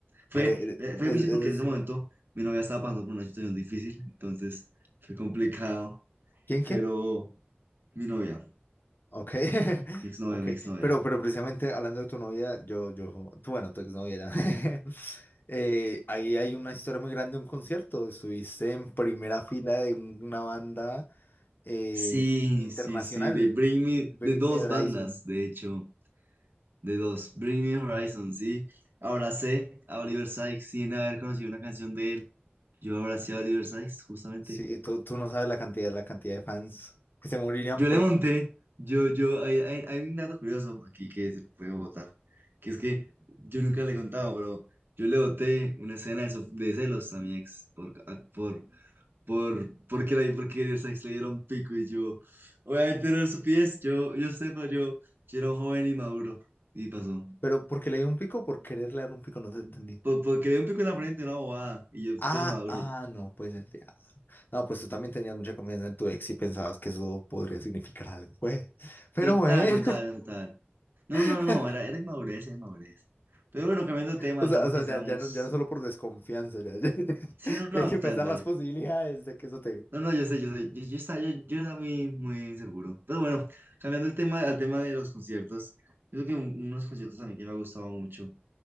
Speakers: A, on the right; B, on the left.
A: fue,
B: Eres, eres,
A: eh,
B: eres-
A: fue difícil
B: eres
A: porque en ese
B: un-
A: momento mi novia estaba pasando por una situación difícil, entonces fue complicado,
B: ¿Quién,
A: pero
B: quién?
A: mi novia.
B: Ok. <laughs>
A: Exnovia,
B: Ok.
A: novia exnovia.
B: Pero,
A: novia
B: pero precisamente hablando de tu novia, yo, yo, tú, bueno, tu exnovia era. <laughs> eh, ahí hay una historia muy grande de un concierto. Estuviste en primera fila de un- una banda eh,
A: sí,
B: internacional,
A: sí, sí, sí, de Bring Me,
B: Bring
A: de dos
B: Me Horizon.
A: bandas, de hecho, de dos. Bring Me Horizon, sí. Abracé a Oliver Sykes sin haber conocido una canción de él. Yo abracé a Oliver Sykes, justamente.
B: Sí, tú, tú no sabes la cantidad, la cantidad de fans que se morirían
A: Yo
B: por
A: le
B: él.
A: monté, yo, yo, hay, hay, hay un dato curioso aquí que se puede votar, que es que yo nunca le he contado, pero yo le boté una escena de, so- de celos a mi ex por a- por, por, porque la por porque Sykes le dieron pico y yo, obviamente no su pies, yo, yo sé, pero yo, yo era un joven y maduro y pasó.
B: Pero porque le dio un pico, por quererle dar un pico, no te entendí.
A: Por, porque le un pico en la frente, una bobada, y yo estoy
B: Ah,
A: maduro.
B: ah, no, pues el de Adam. No, pues tú también tenías mucha confianza en tu ex y pensabas que eso podría significar algo, pues. Pero
A: Total,
B: bueno.
A: total, total. No,
B: <laughs>
A: no, no, no, era, era inmadurez, era inmadurez. Pero bueno, cambiando de tema,
B: O
A: el
B: sea,
A: tema
B: o sea,
A: que estamos.
B: ya, ya no, ya no solo por desconfianza, ya, ya- <laughs>
A: Sí, no, no,
B: ya hay que pensar
A: tal, tal.
B: las posibilidades de que eso te.
A: No, no, yo sé, yo sé, yo, yo estaba, yo, yo estaba muy, muy seguro. Pero bueno, cambiando el tema, al tema de los conciertos, yo creo que un- unos conciertos a mí que me ha gustado mucho.